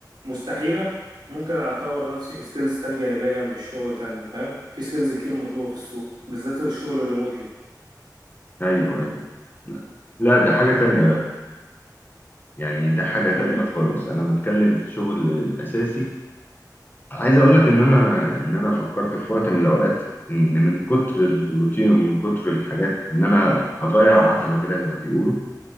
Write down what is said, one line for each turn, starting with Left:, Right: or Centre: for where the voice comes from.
Right: مستحيله ممكن اطور نفسي في سكيلز تانية جانبيه جنب الشغل تانية فاهم في سكيلز كتير مطلوبه في السوق بالذات الشغل الريموتلي
Left: ايوه ايوه لا لا ده حاجه تانيه ده يعني ده حاجة
Right: امم
Left: تانية خالص أنا بتكلم في شغل أساسي عايز أقول لك إن أنا إن أنا فكرت في وقت من الأوقات إن من كتر الروتين ومن كتر الحاجات إن أنا أغير عتبة كده زي ما بيقولوا